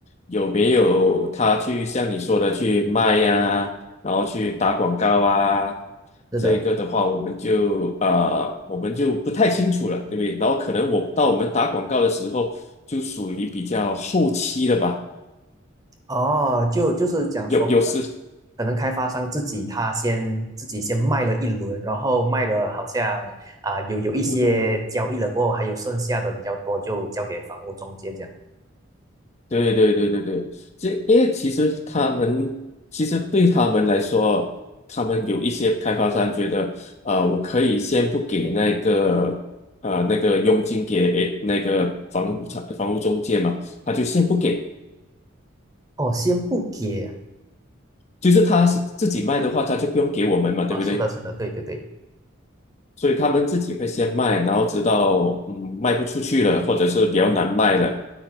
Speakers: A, on the left (about 35°); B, on the right (about 20°).
A: 有没有他去像你说的去卖呀、然后去打广告啊？
B: 是的，
A: 这个的话，我们就呃，我们就不太清楚了，对不对？然后可能我到我们打广告的时候，就属于比较后期了吧，
B: 哦，就就是讲说，
A: 有有时，
B: 可能可能开发商自己他先自己先卖了一轮，然后卖了好像啊、有有一些交易了过后，
A: 嗯哼，
B: 还有剩下的比较多就交给房屋中介这样。
A: 对对对对对，这因为其实他们其实对他们来说，他们有一些开发商觉得，呃，我可以先不给那个呃那个佣金给那个房屋产房屋中介嘛，他就先不给，
B: 哦，先不给啊，
A: 就是他是自己卖的话，他就不用给我们嘛，对不对？
B: 啊是的，是的，对对对。
A: 所以他们自己会先卖，然后直到嗯卖不出去了，或者是比较难卖了，